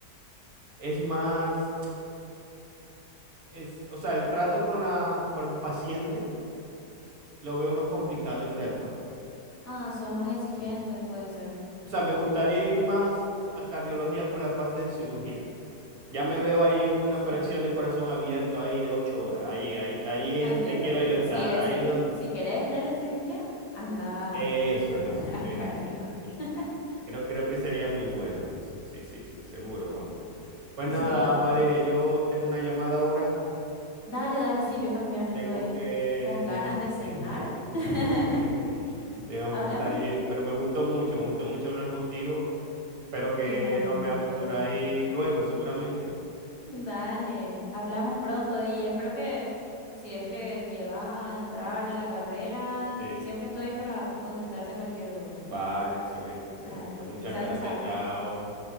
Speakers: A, on the right; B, on the left.
A: es más, es, o sea, el trato con la, con los pacientes lo veo más complicado en derma.
B: Ah, son más exigentes, puede ser.
A: O sea, me gustaría ir más a cardiología por la parte de cirugía. Ya me veo ahí en una
B: Sí.
A: operación de corazón abierto ahí de ocho horas, ahí, ahí, ahí es
B: Ah, entiendo,
A: donde quiero
B: entiendo.
A: yo estar,
B: Si ese,
A: ahí donde...
B: si querés estar en cirugía, anda
A: Eso,
B: a, car-
A: eso,
B: <laughs> a
A: eso,
B: cardio.
A: eso. Y
B: <laughs>
A: creo, creo que sería muy bueno en eso. Sí, sí, sí, seguro, vamos. Pues nada,
B: Sí.
A: Valeria, yo tengo una llamada ahora.
B: Dale, dale, sí, yo también estoy
A: tengo que
B: con ganas de cenar.
A: <laughs>
B: <laughs>
A: y tengo
B: ¿Hablamos?
A: que salir, pero me gustó mucho, me gustó mucho hablar contigo. Espero que
B: Igualmente,
A: nos veamos por
B: igualmente.
A: ahí luego, seguramente.
B: Dale, hablamos pronto y espero que si es que llegas a entrar a la carrera,
A: Sí.
B: siempre estoy para contestarte cualquier duda.
A: Vale, excelente, excelente.
B: Dale,
A: Muchas
B: chao,
A: gracias,
B: chao.
A: chao.